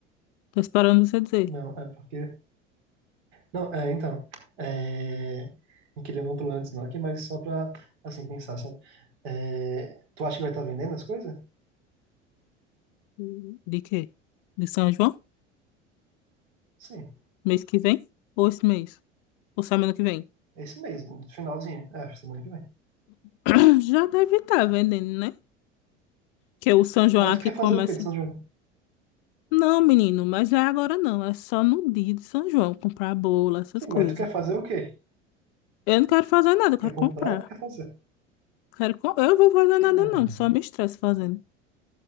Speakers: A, on the left (about 50°); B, on the right (about 65°).
A: Tô esperando você dizer.
B: Não, é porque. Não, é, então, é, eu queria um plano antes não aqui, mas só pra, assim, pensar, sabe? É, tu acha que vai estar vendendo as coisas?
A: Hum. De quê? De São João?
B: Sim,
A: Mês que vem? Ou esse mês? Ou semana que vem?
B: é esse mês, no finalzinho, é, acho, semana que vem.
A: <clears throat> Já deve estar vendendo, né? Que o São João
B: Mas
A: aqui
B: tu quer
A: começa.
B: fazer o quê de São João?
A: Não, menino, mas é agora não. É só no dia de São João comprar bolo, essas
B: Sim,
A: coisas.
B: mas tu quer fazer o quê?
A: Eu não quero fazer nada,
B: Tu
A: eu
B: quer
A: quero
B: comprar
A: comprar.
B: ou tu quer fazer?
A: Quero com... Eu vou fazer nada,
B: Ah,
A: não. Só me estresse fazendo.